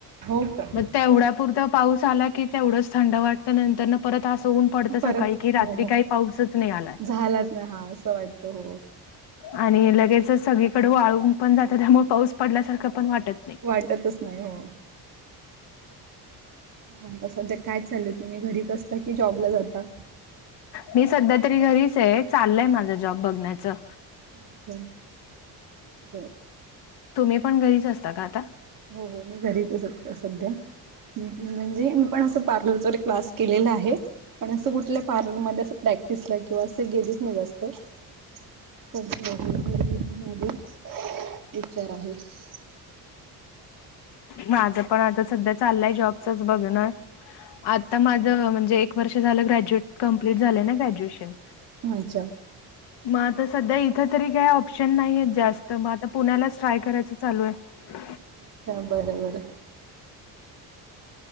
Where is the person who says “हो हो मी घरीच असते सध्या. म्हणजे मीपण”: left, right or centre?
Right